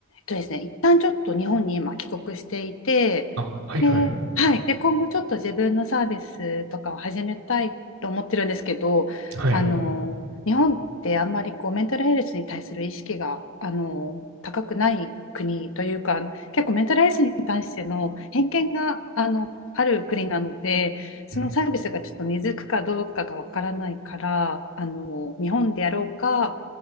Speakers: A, on the left; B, on the right.
A: とですね、一旦ちょっと日本に今帰国していて、
B: あ、はいはい。
A: で、はい、で、今後ちょっと自分のサービスとかを始めたいと思ってるんですけど、
B: はい。
A: あの、日本ってあんまりこうメンタルヘルスに対する意識が、あの、高くない国というか、結構メンタルヘルスに対しての偏見が、あの、ある国なので、そのサービスがちょっと根付くかどうかがわからないから、
B: うん。
A: あの、日本でやろうか、